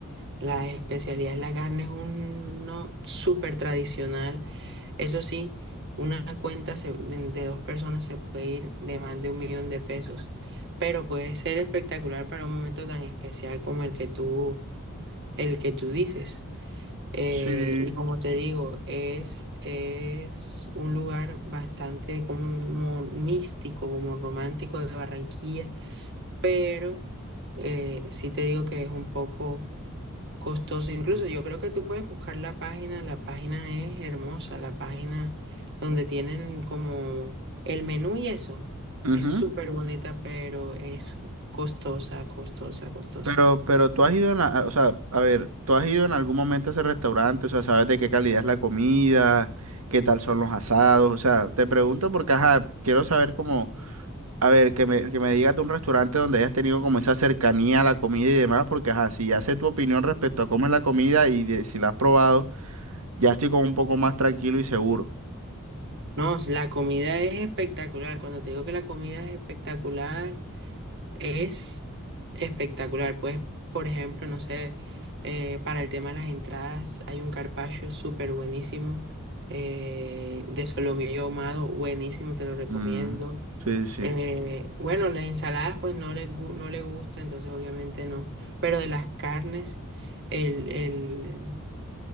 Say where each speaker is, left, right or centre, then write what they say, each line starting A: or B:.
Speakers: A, on the right; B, on the right.
A: la especialidad es la carne, es uno súper tradicional eso sí, una cuenta se- de de dos personas se puede ir de más de un millón de pesos, pero puede ser espectacular para un momento tan especial como el que tú, el que tú dices. Eh,
B: Sí,
A: y como te digo, es, es un lugar bastante como místico, como romántico de Barranquilla, pero eh, sí te digo que es un poco costoso. Incluso yo creo que tú puedes buscar la página, la página es hermosa, la página donde tienen como el menú y eso.
B: Ujú.
A: Es súper bonita, pero es costosa, costosa, costosa.
B: Pero, pero tú has ido en, la- o sea, a ver, tú has ido en algún momento a ese restaurante, o sea, sabes de qué calidad es la comida, qué tal son los asados, o sea, te pregunto porque, ajá, quiero saber cómo A ver, que me, que me digas de un restaurante donde hayas tenido como esa cercanía a la comida y demás, porque ajá, si ya sé tu opinión respecto a cómo es la comida y de- si la has probado, ya estoy como un poco más tranquilo y seguro.
A: No, la comida es espectacular. Cuando te digo que la comida es espectacular. Es espectacular, pues, por ejemplo, no sé, eh, para el tema de las entradas hay un carpaccio súper buenísimo eh, de solomillo ahumado, buenísimo, te lo recomiendo.
B: Mm, sí, sí.
A: Eh, bueno, las ensaladas pues no le gu- no le gusta, entonces obviamente no, pero de las carnes, el, el,